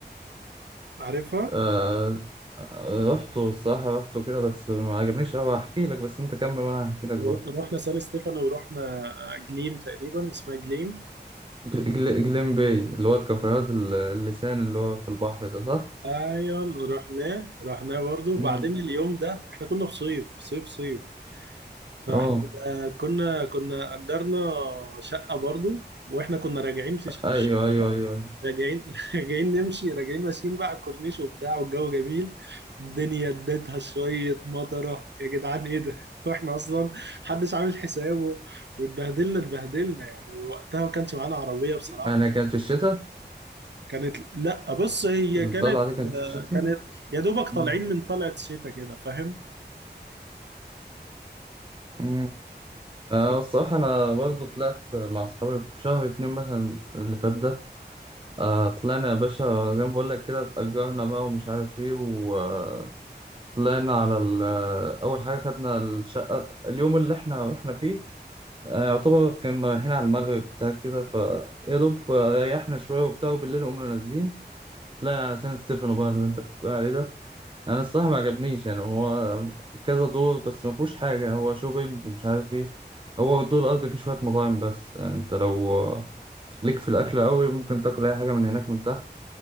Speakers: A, on the right (about 80°); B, on the right (about 30°).
A: عارفها
B: آه آه، رحته الصراحة رحته كده بس ما عجبنيش أوي هحكي لك بس أنت كمل وأنا هحكي لك
A: ور-
B: برضه
A: رحنا سان ستيفن ورحنا جليم تقريبا اسمها جليم
B: جل- جل- جليم باي اللي هو الكافيهات ال- اللسان اللي هو في البحر ده صح؟
A: ايوه رحناه رحناه برضه وبعدين
B: امم
A: اليوم ده احنا كنا في صيف صيف صيف فاحنا
B: اه
A: آه، كنا كنا اجرنا شقه برضو واحنا كنا راجعين في ش...
B: ايوه
A: ش-
B: ايوه ايوه
A: راجعين <laughs> راجعين نمشي راجعين ماشيين بقى على الكورنيش وبتاع والجو جميل الدنيا اديتها شويه مطره يا جدعان ايه ده <laughs> واحنا اصلا محدش عامل حسابه واتبهدلنا اتبهدلنا يعني ووقتها ما كانش معانا عربيه بصراحه
B: يعني كانت في الشتاء
A: كانت لا بص هي
B: الطلعه
A: كانت
B: دي كانت في
A: آه،
B: الشتاء
A: كانت يا دوبك طالعين
B: مم.
A: من طلعت شتاء كده فاهم
B: مم. آه
A: ف-
B: الصراحه انا برضو طلعت مع اصحابي في شهر اتنين مثلا اللي فات ده آه طلعنا يا باشا زي ما بقول لك كده اتأجرنا بقى ومش عارف ايه وطلعنا على ال- اول حاجه خدنا الشقه اليوم اللي احنا رحنا فيه آه يعتبر كنا رايحين على المغرب بتاع كده فيا دوب ريحنا شويه وبتاع وبالليل قمنا نازلين طلعنا على سان ستيفانو بقى اللي انت كنت بتقول عليه ده انا الصراحه ما عجبنيش يعني هو كذا دور بس ما فيهوش حاجه هو شوبينج ومش عارف ايه هو الدور الارضي فيه شويه مطاعم بس يعني انت لو ليك في الاكل قوي ممكن تاكل اي حاجه من هناك من تحت